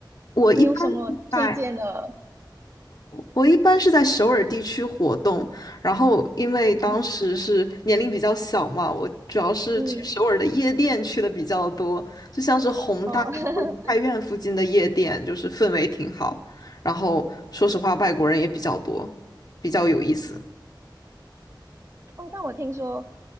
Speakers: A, on the left; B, on the right.
A: 我一般是在
B: 你有什么推荐的？
A: 我一般是在首尔地区活动，然后因为当时是年龄比较小嘛，
B: 嗯
A: 我主要是去首尔的夜店去的比较多，
B: 嗯
A: 就像是宏大和梨泰院附近的夜店，
B: 哦 <laughs>
A: 就是氛围挺好。然后说实话，外国人也比较多，比较有意思。
B: 哦，但我听说